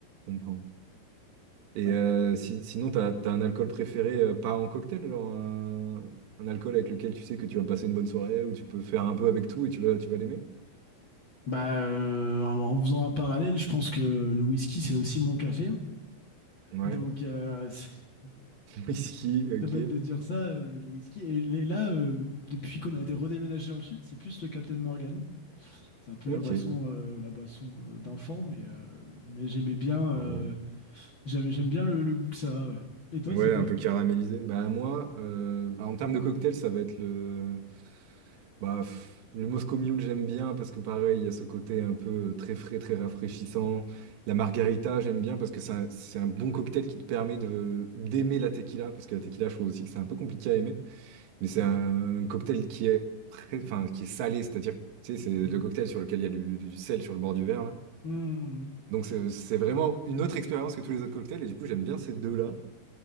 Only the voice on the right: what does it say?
Je comprends. Et
euh, si- sinon, t'as, t'as un alcool préféré, euh, pas en cocktail, genre un, un alcool avec lequel tu sais que tu vas passer une bonne soirée ou tu peux faire un peu avec tout et tu vas, tu vas l'aimer?
Ouais.
<laughs>
Whisky,
ok.
Ok.
Non.
Ouais,
un peu caramélisé. Bah moi, euh, bah, en termes de cocktail, ça va être le, bah, pff, le Moscow Mule, j'aime bien parce que pareil, il y a ce côté un peu euh, très frais, très rafraîchissant. La margarita, j'aime bien parce que c'est un, c'est un bon cocktail qui te permet de d'aimer la tequila parce que la tequila, je trouve aussi que c'est un peu compliqué à aimer, mais c'est
un cocktail qui est, pré- enfin, qui est salé, c'est-à-dire, que, tu sais, c'est le cocktail sur lequel il y a du, du sel sur le bord du verre là.
Donc c'est c'est vraiment une autre expérience que tous les autres cocktails et du coup j'aime bien ces deux-là.